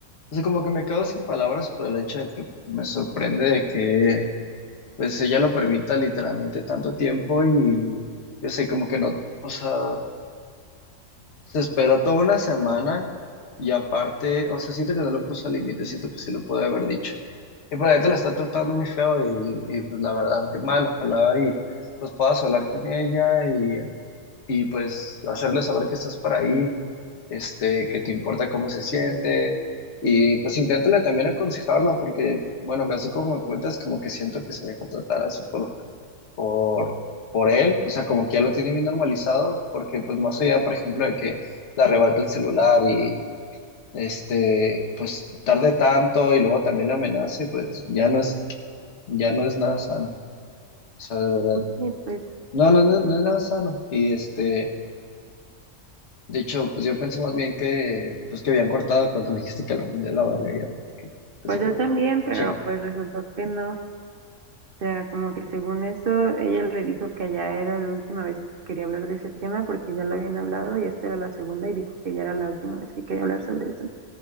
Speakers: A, on the left; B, on the right.
A: o sea, como que me quedo sin palabras por el hecho de que me sorprende de que pues ella lo permita literalmente tanto tiempo y yo sé como que no, o sea, se espera toda una semana y aparte, o sea, siento que no lo puso al límite, siento que sí lo puede haber dicho. Y por la gente la está tratando muy feo y, y, pues la verdad que mal, ojalá y pues puedas hablar con ella y pues hacerle saber que estás para ahí, este, que te importa cómo se siente y pues inténtale también aconsejarla porque, bueno, así como me cuentas, como que siento que se deja tratar así por, por, por él, o sea, como que ya lo tiene bien normalizado porque pues más allá, por ejemplo, de que le arrebata el celular y... Este, pues tarde tanto y luego también la amenace, pues ya no es, ya no es nada sano. O sea, de verdad,
B: y pues,
A: no, no, no, no es nada sano. Y este, De hecho, pues yo pensé más bien que, pues que habían cortado cuando me dijiste que lo mandé a la verga. y yo, que- así
B: pues
A: como,
B: yo también,
A: de,
B: pero
A: chinga.
B: pues resultó que no. O sea, como que según eso, ella le dijo que ya era la última vez que quería hablar de ese tema porque ya lo habían hablado y esta era la segunda y dijo que ya era la última vez que quería hablar sobre eso.